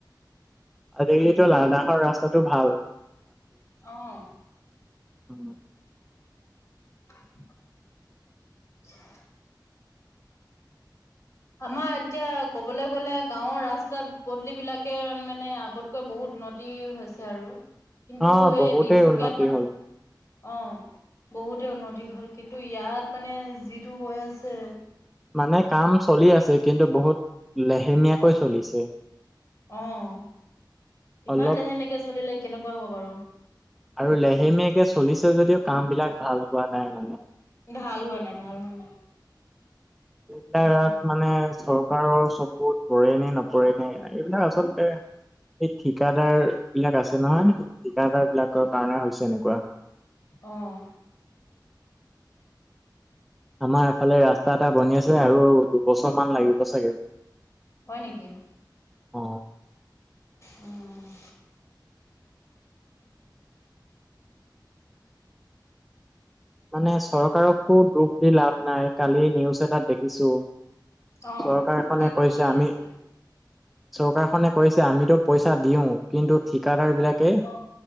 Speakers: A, in the centre; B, on the left.
A: আজিকালিতো লাডাখৰ ৰাস্তাতটো ভাল।
B: অহ,
A: উম,
B: <inaudible> আমাৰ এতিয়া ক'বলৈ গ'লে গাঁৱৰ ৰাস্তা পদূলি বিলাকে মানে আগতকৈ বহুত উন্নতি হৈছে আৰু কিন্তু
A: অ'
B: এই
A: বহুতেই
B: তিনচুকীয়াত
A: উন্নতি
B: মান
A: হ'ল।
B: অ ', বহুতে উন্নতি হ'ল কিন্তু ইয়াত মানে যিটো হৈ আছে
A: মানে, কাম চলি আছে কিন্তু বহুত লেহেমীয়াকৈ চলিছে।
B: অহ, ইমান
A: অলপ
B: লেহেমেকে চলিলে কেনেকুৱা হ'ব বাৰু।
A: আৰু লেহেমিয়েকে চলিছে যদিও কাম বিলাক ভাল হোৱা নাই সিমানো।
B: ভাল হোৱা নাই-ভাল হোৱা নাই।
A: এইবিলাক
B: অ
A: মানে চৰকাৰৰ চকুত পৰে নে নপৰে নে এইবিলাক আচলতে এই ঠিকাদাৰ বিলাক আছে নহয় ঠিকাদাৰ বিলাকৰ কাৰণে হৈছে এনেকুৱা।
B: অহ,
A: আমাৰ এফালে ৰাস্তা এটা বনি আছে আৰু দুবছৰ মান লাগিব চাগে
B: হয় নেকি?
A: অ
B: উম, <inaudible>
A: মানে চৰকাৰকো দুখ দি লাভ নাই। কালি নিউজ এটাত দেখিছোঁ
B: অ
A: চৰকাৰখনে
B: কি
A: কৈছে
B: কি
A: আমি
B: আছিলে
A: চৰকাৰখনে কৈছে আমিতো পইচা দিওঁ কিন্তু ঠিকাদাৰ বিলাকে
B: অ